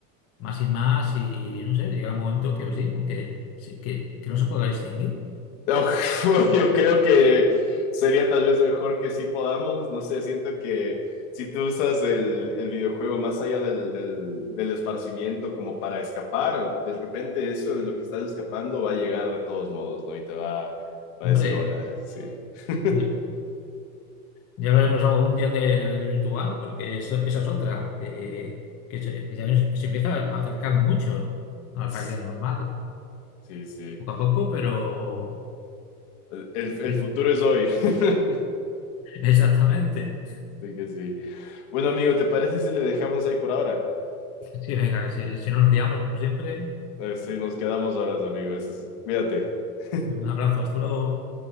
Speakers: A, on the left (about 35°); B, on the left (about 55°).
A: más y más y no sé, llega un momento que pues sí, que, sí, que, que no se pueda distinguir.
B: <laughs> Uf, Yo creo que sería tal vez mejor que sí podamos, no sé, siento que si tú usas el, el videojuego más allá del, del, del esparcimiento como para escapar, de repente eso de lo que estás escapando va a llegar de todos modos, ¿no? Y te va, va
A: Hombre.
B: a decir hola, sí. <laughs>
A: de- Ya hablaremos algún día de la realidad virtual, porque eso- esa es otra, que, que se, que ya se empieza a acercar mucho a la
B: Sí,
A: realidad normal,
B: sí, sí.
A: poco a poco, pero
B: El, el
A: <laughs>
B: futuro es hoy. <laughs>
A: exactamente.
B: Así que sí. Bueno, amigo, ¿te parece si le dejamos ahí por ahora?
A: Sí, venga, que si, si no nos liamos, como siempre,
B: Eh, Sí, nos quedamos horas, amigo. Eso es- Cuídate. <laughs>
A: un abrazo, hasta luego.